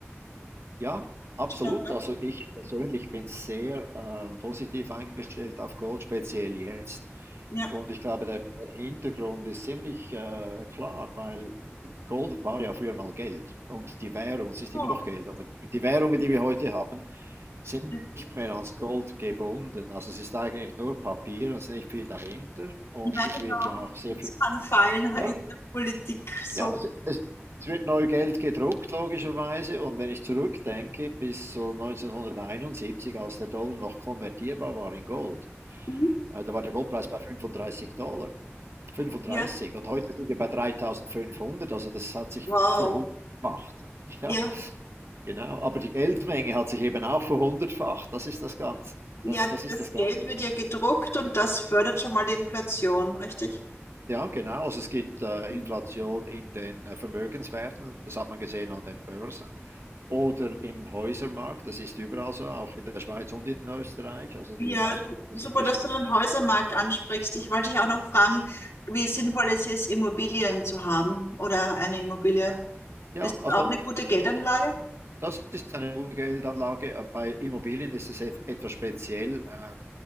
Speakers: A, on the right; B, on the left.
A: ja absolut.
B: Ja. ne?
A: Also ich persönlich bin sehr ähm, positiv eingestellt auf Gold, speziell jetzt.
B: Ja.
A: Und ich glaube, der Hintergrund ist ziemlich äh, klar, weil Gold war ja früher mal Geld und die Währung, es
B: So,
A: ist immer noch Geld, aber die Währungen, die wir heute haben, sind
B: das-
A: nicht mehr ans Gold gebunden. Also es ist eigentlich nur Papier, es ist nicht viel dahinter und
B: ja, genau.
A: es wird ja auch sehr
B: Das
A: viel,
B: kann fallen halt
A: ja,
B: in der Politik. So,
A: ja, es, es, es wird neu Geld gedruckt, logischerweise. Und wenn ich zurückdenke, bis so 1971, als der Dollar noch konvertierbar war in Gold,
B: Mhm.
A: äh, da war der Goldpreis bei 35 Dollar. 35.
B: ja,
A: Und heute sind wir bei 3500, also das hat sich
B: wow.
A: verhundertfacht. <laughs> Ja,
B: Ja,
A: Genau, aber die Geldmenge hat sich eben auch verhundertfacht. Das ist das Ganze.
B: ja,
A: Das, das ist
B: das
A: das Ganze.
B: Geld wird ja gedruckt und das fördert schon mal die Inflation, richtig?
A: Ja, genau. Also es gibt äh,
B: Mhm.
A: Inflation in den äh, Vermögenswerten, das hat man gesehen an den Börsen oder im Häusermarkt. Das ist überall so, auch in der Schweiz und in Österreich. Also
B: Ja,
A: die Hauspreise
B: super,
A: sind gestiegen.
B: dass du den Häusermarkt ansprichst. Ich wollte dich auch noch fragen, wie sinnvoll es ist, Immobilien zu haben oder eine Immobilie.
A: Ja,
B: Ist
A: also
B: das auch eine gute Geldanlage?
A: Das ist eine gute Geldanlage. äh, Bei Immobilien ist es etwas speziell. Äh,